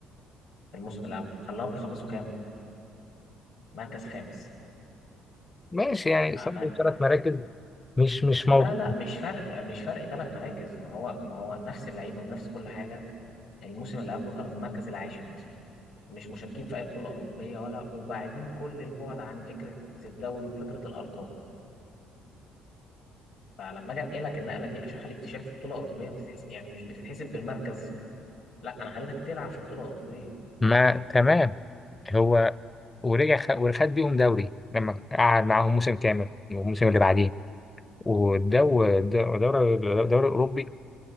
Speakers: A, on the left; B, on the left.
A: في الموسم اللي قبل خلاهم يخلصوا كام؟ مركز خامس
B: ماشي يعني
A: عم-
B: صعب ثلاث مراكز مش مش موضوع
A: لا لا مش فرق مش فرق ثلاث مراكز ما هو ما هو نفس اللعيبه بنفس كل حاجه الموسم اللي قبله كانوا في المركز العاشر مثلا مش مشاركين في اي بطوله اوروبيه ولا وبعدين كل البعد عن فكره الدوري وفكره الالقاب فلما اجي انقلك النقله دي عشان اخليك تشارك في بطوله اوروبيه بتتحس يعني مش بتتحسب بالمركز لا انا خليتك تلعب في بطوله اوروبيه
B: ما تمام هو ورجع خ... وخد بيهم دوري لما قعد معاهم موسم كامل والموسم اللي بعديه والدوري الدوري الدوري الأوروبي